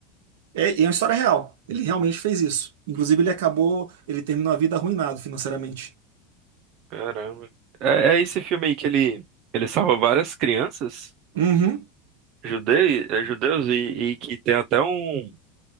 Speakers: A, on the right; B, on the right.
A: É, e é uma história real. Ele realmente fez isso. Inclusive, ele acabou, ele terminou a vida arruinado financeiramente.
B: caramba. É, é esse filme aí que ele, ele salva várias crianças
A: Uhum.
B: judei, é, judeus e, e que tem até um,